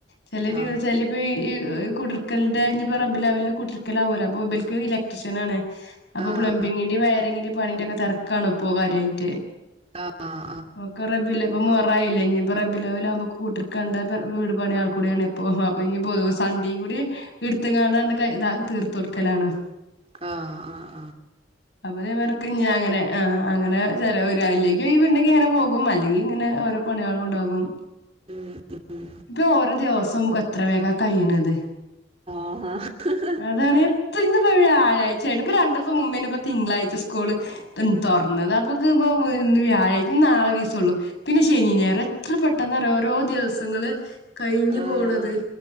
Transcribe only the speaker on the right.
ആഹ്
ആഹ്
ആഹ് ആ.
ക്കാ അഹ്
ഹ്മ്മ് ഉം
അഹ്
ആഹ്